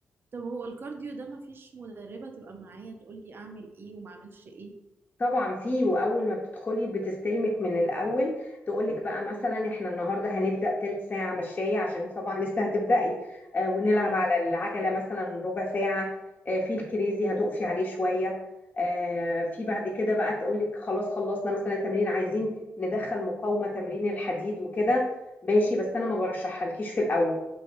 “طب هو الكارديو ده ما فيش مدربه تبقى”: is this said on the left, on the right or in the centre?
Right